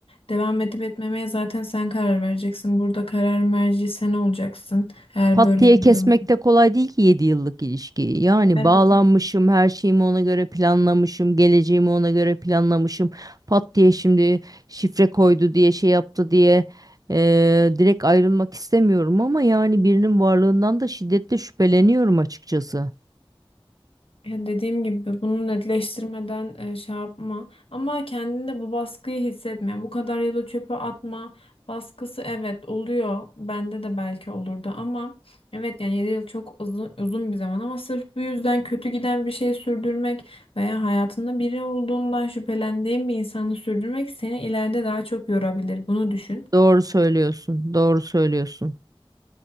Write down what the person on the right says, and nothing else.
Pat
diye
kesmek
de kolay değil ki 7 yıllık ilişkiyi. Yani
bağlanmışım, her şeyimi ona göre planlamışım, geleceğimi ona göre planlamışım. Pat diye şimdi şifre koydu diye şey yaptı diye eee, direkt ayrılmak istemiyorum ama yani birinin varlığından da şiddetle şüpheleniyorum açıkçası.
Doğru söylüyorsun, doğru söylüyorsun.